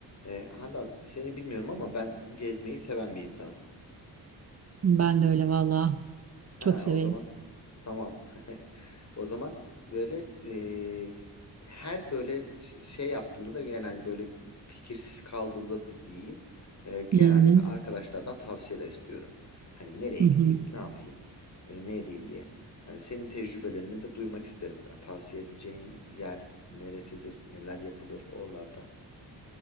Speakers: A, on the left; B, on the right.
A: E, Handan seni bilmiyorum ama ben gezmeyi seven bir insanım. <laughs>
B: Ben de öyle vallahi
A: Ha,
B: Çok severim.
A: o zaman tamam. <laughs> O zaman böyle e, her böyle ş- şey yaptığımda da genelde böyle fikirsiz kaldığımda da diyeyim. e, genelde
B: Hı hı.
A: arkadaşlardan tavsiyeler istiyorum. Hani nereye
B: hı. hı.
A: gideyim, ne yapayım, e, ne edeyim diye. Hani senin tecrübelerini de duymak isterim. Yani tavsiye edeceğin yer neresidir, neler yapılır oralarda.